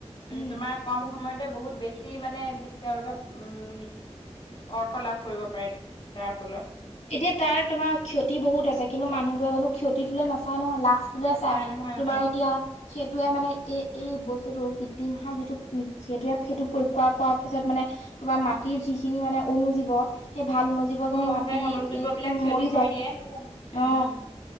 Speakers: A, on the left; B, on the left.
A: উম
B: তোমাৰ কম সময়ত সিহঁতে বহুত বেছি মানে তেওঁলোকে উম অৰ্থ লাভ কৰিব পাৰে। তাৰ ফলত
A: এতিয়া তাৰ তোমাৰ ক্ষতি বহুত আছে কিন্তু মানুহবোৰে জানো ক্ষতি টোলে নাচায় নহয় লাভ বুলে
B: নাচাই
A: চাই
B: নহয়
A: তোমাৰ এতিয়া সেইটোৱে মানে এই এই বস্তু। বস্তুটো কৃতিম সাৰ যিটো সেইটোৱে সেইটো প্ৰয়োগ কৰাৰ পোৱা পিছত মানে তোমাৰ মাটিৰ যিখিনি মানে। অনুজীৱ সেই ভাল অনুজীৱ
B: অ
A: খিনি
B: অ
A: মাটি
B: সেই অনুযোগ্য
A: এইখিনি
B: বিলাক ক্ষতি
A: মৰি
B: কৰি
A: যায়
B: দিয়ে
A: অ'।
B: উম